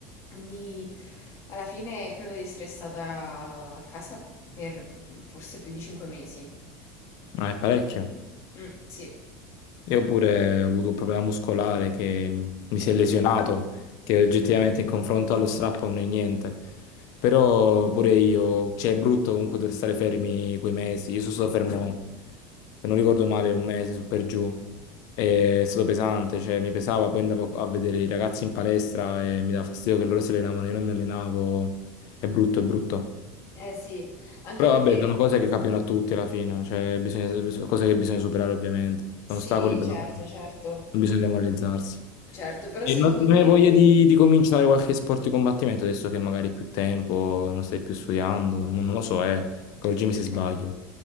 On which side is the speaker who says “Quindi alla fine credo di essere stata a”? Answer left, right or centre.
Left